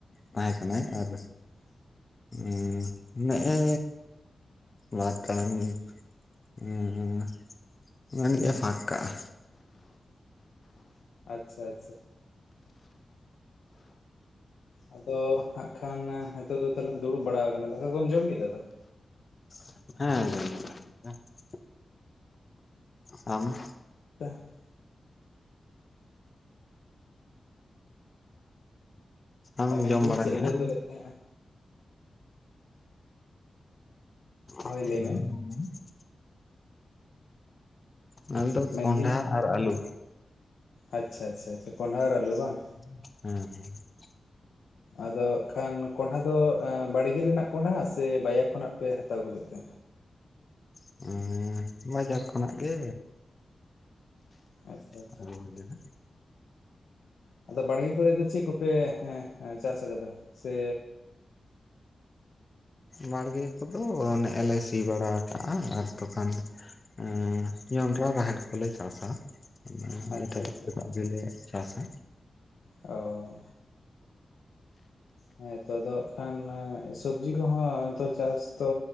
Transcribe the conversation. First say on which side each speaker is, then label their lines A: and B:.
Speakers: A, on the left; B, on the left.
A: ᱛᱟᱦᱮᱸ ᱠᱟᱱᱟᱭ ᱟᱨ
B: ᱦᱮᱸ
A: ᱮ ᱱᱮᱜᱼᱮ ᱵᱟᱨ ᱴᱟᱲᱟᱝ ᱦᱩᱸ ᱦᱩᱸ, ᱢᱟᱹᱱᱤᱡᱮ ᱯᱷᱟᱸᱠ ᱠᱟᱜᱼᱟ᱾
B: ᱟᱪᱪᱷᱟ ᱟᱪᱪᱷᱟ, ᱟᱫᱚ ᱦᱟᱸᱜ ᱠᱷᱟᱱ ᱦᱤᱛᱚᱜ ᱫᱚ ᱛᱟᱦᱚᱞᱮᱢ ᱫᱩᱲᱩᱵ ᱵᱟᱲᱟ ᱠᱟᱱᱟ ᱫᱟᱠᱟ ᱠᱚᱢ ᱡᱚᱢ ᱠᱮᱫᱟ ᱛᱚ᱾
A: ᱦᱮᱸ ᱡᱚᱢ ᱜᱮ᱾ ᱟᱢ?
B: <inaudible>
A: ᱟᱢ
B: ᱚ ᱢᱮᱱᱫᱟᱹᱧ
A: ᱡᱚᱢ ᱵᱟᱲᱟ
B: ᱪᱮᱫ
A: ᱠᱮᱜ-ᱟ᱾
B: ᱯᱮ ᱩᱛᱩ ᱞᱮᱫ ᱛᱟᱦᱮᱸᱜᱼᱟ ᱦᱳᱭ
A: <inaudible>
B: ᱞᱟᱹᱭ ᱢᱮ
A: ᱚᱱᱟᱫᱚ
B: ᱢᱮᱱᱫᱟᱹᱧ
A: ᱠᱚᱸᱱᱰᱷᱟ ᱟᱨ ᱟᱹᱞᱩ᱾
B: ᱟᱪᱪᱷᱟ ᱟᱪᱪᱷᱟ, ᱠᱚᱸᱱᱰᱷᱟ ᱟᱨ ᱟᱞᱩ ᱵᱟᱝ?
A: ᱦᱮᱸ,
B: ᱟᱫᱚ, ᱠᱷᱟᱱ ᱠᱚᱸᱱᱰᱷᱟ ᱫᱚ ᱵᱟᱲᱜᱮ ᱨᱮᱱᱟᱜ ᱠᱚᱸᱰᱷᱟᱸ ᱥᱮ ᱵᱟᱡᱟᱨ ᱠᱷᱚᱱᱟᱜ ᱯᱮ ᱦᱟᱛᱟᱣ ᱟᱹᱜᱩ ᱞᱮᱫ ᱛᱮ?
A: <unintelligible> ᱵᱟᱡᱟᱨ ᱠᱷᱚᱱᱟᱜ ᱜᱮ
B: ᱟᱪᱪᱷᱟ ᱟᱪᱪᱷᱟ᱾
A: ᱟᱹᱜᱩ ᱦᱩᱭ ᱞᱮᱱᱟ
B: ᱟᱫᱚ ᱵᱟᱲᱜᱮ ᱠᱚᱨᱮ ᱫᱚ ᱪᱮᱫ ᱠᱚᱯᱮ ᱪᱟᱥ ᱠᱟᱫᱟ ᱥᱮ?
A: ᱵᱟᱲᱜᱮ ᱠᱚᱫᱚ ᱱᱮᱜᱞᱮ ᱥᱤ ᱵᱟᱲᱟ ᱠᱟᱜᱼᱟ ᱟᱨ ᱫᱚᱠᱟᱱ, ᱮᱸ ᱡᱚᱱᱰᱨᱟ ᱨᱟᱦᱮᱲ ᱠᱚᱞᱮ ᱪᱟᱥᱟ᱾ ᱚᱱᱟ
B: ᱟᱪᱪᱷᱟ
A: ᱱᱤᱛ ᱦᱟᱹᱵᱤᱡ
B: ᱟᱪᱪᱷᱟ
A: ᱛᱮ ᱫᱟᱜ ᱜᱮᱞᱮ ᱪᱟᱥᱟ᱾
B: ᱚ, ᱦᱮᱸ ᱛᱚ ᱟᱫᱚ ᱦᱟᱜ ᱠᱷᱟᱱ ᱥᱚᱵᱡᱤ ᱠᱚᱦᱚᱸ ᱛᱚ ᱪᱟᱥ ᱛᱚ